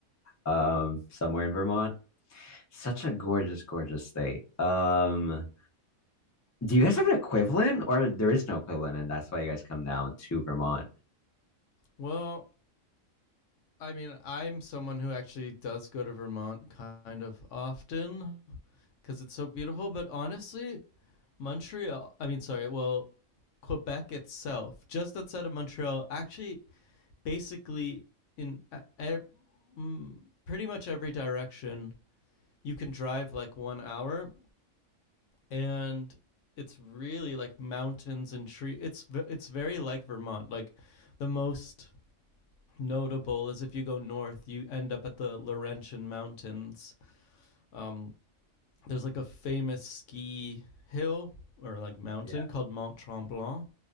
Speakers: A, on the left (about 25°); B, on the left (about 70°).
A: Um, somewhere in Vermont. Such a gorgeous, gorgeous state. Um, do you guys have an equivalent, or there is no equivalent, and that's why you guys come down to Vermont?
B: Well, I mean, I'm someone who actually does go to Vermont kind of often because it's so beautiful. But honestly, Montreal, I mean, sorry, well, Quebec itself, just outside of Montreal, actually, basically, in uh, ev- mm, pretty much every direction, you can drive like one hour and it's really like mountains and trees. it's it's very like vermont like the most notable is if you go north, you end up at the Laurentian Mountains. Um, there's like a famous ski hill or like mountain
A: Yeah.
B: called Mont Tremblant,